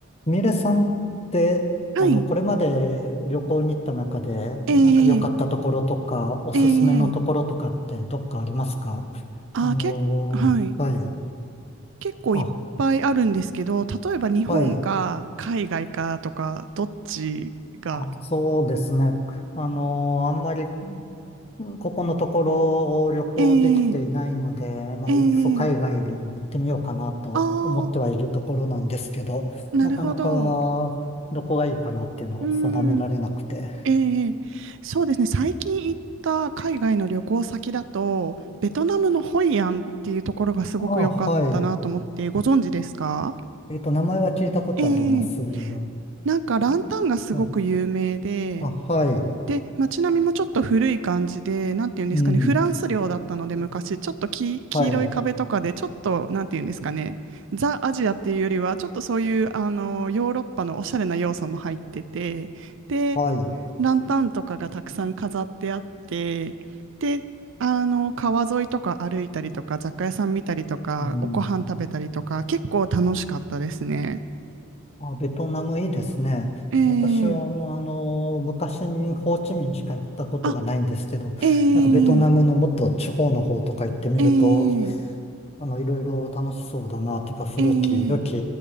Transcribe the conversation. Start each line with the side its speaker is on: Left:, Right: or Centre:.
Left: ミレさんって、
Right: はい。
Left: あの、これまで旅行に行った中で、
Right: ええ
Left: なんか良かったところとか、おすすめのところとかってどっかありますか
Right: ええあー、
Left: あのーはい。
Right: 結構、はい。結構いっぱいあるんですけど、
Left: あ、
Right: 例えば日本か海外かとか、
Left: はい。
Right: どっちが。
Left: あ、そうですね。あのーあんまり、ここのところを旅行できていないので、
Right: ええ
Left: まあ、
Right: ええ
Left: いっそ海外にも行ってみようかなと思ってはいるところなんですけど、
Right: ああー、なるほど。
Left: なかなかどこがいいかなっていうのを定められなくて。
Right: うん。ええそうですね。最近行った海外の旅行先だと、ベトナムのホイアンっていうところがすごく良かったなと思って、
Left: あ、はい。
Right: ご存知ですか
Left: えっと、名前は聞いたことありますが。
Right: ええなんかランタンがすごく有名で、
Left: あ、はい。あはい。
Right: で、街並みもちょっと古い感じで、なんていうんですかね、
Left: うん。
Right: フランス領だったので、昔、ちょっとき黄色い壁とかで、
Left: はい。
Right: ちょっと、なんていうんですかね、ザ・アジアっていうよりは、ちょっとそういうあのヨーロッパのおしゃれな要素も入ってて、で、
Left: はい。
Right: ランタンとかがたくさん飾ってあって、で、あの川沿いとか歩いたりとか、雑貨屋さん見たりとか、
Left: うん。
Right: おご飯食べたりとか、結構楽しかったですね。
Left: あ、ベトナムいいですね。
Right: えー、
Left: 私は、もうあの、昔にホーチミンしか行ったことがないんですけど、
Right: あ、えー、
Left: なんかベトナムのもっと地方の方とか行ってみると、
Right: えー、
Left: あの、いろいろ楽しそうだな、てか古き良き
Right: えー